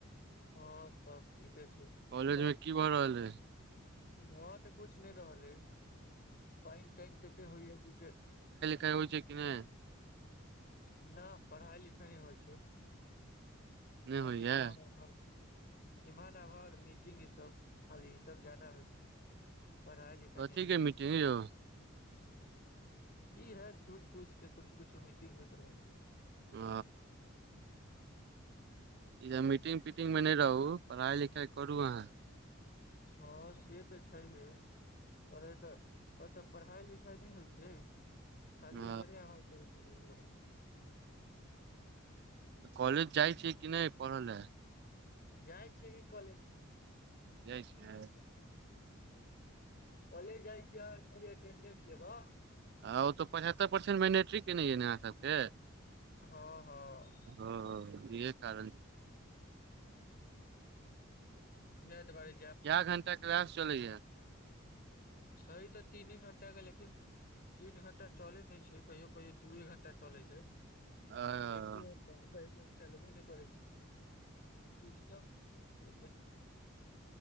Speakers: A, on the left; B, on the right.
A: हाँ सभ ठीके छै।
B: कॉलेज
A: तब
B: मे की भऽ रहल है
A: भऽ तऽ कुछ नहि रहल ह पाइन तानि तऽ एते होइया जस।
B: छै होइ छै कि नहि।
A: न पढ़ाई लिखाइ नहि होइ छै।
B: नहि
A: खाली
B: होइया
A: इम्हर उम्हर। इम्हर अन्हार मीटिंग ई सभ खाली ई सभ जादा होइ छै। पढ़ाई लिखाई
B: कथी
A: नहि होइ
B: के
A: छै
B: मीटिंग यो
A: इहै झूठ फूस केँ कुछु कुछु मीटिंग होइत रहै छै
B: ओ
A: <inaudible>
B: इ, मीटिंग पीटिंगमे न रह पढ़ाई लिखाई करु अहाँ।
A: हँ से तऽ छै हे पर एतऽ ओतऽ पढ़ाई लिखाई नहि होइ छै खाली
B: ओ
A: इम्हरे आम्हर कऽ करै छै।
B: तऽ कॉलेज जाई छियै कि नहि पाढे लऽ।
A: जाई छियै कि कॉलेज।
B: जाई छियै।
A: कॉलेज जाई छिये खाली अटेंडेंस लेबह।
B: आ ओ तऽ पचहत्तरि परसेंट मैट्रिक केने यए ने अहाँसभके?
A: हँ, हँ।
B: ओ इहे कारण।
A: जाइत भाई
B: कए घंटा क्लास चलैया?
A: छै तऽ तीने घण्टा के लेकिन तीन घंटा चलै नहि छै कहियो कहियो दूए घंटा चलै छै
B: तऽ
A: एक हो <unintelligible> चलहु ने परै छै सिस्टम <unintelligible>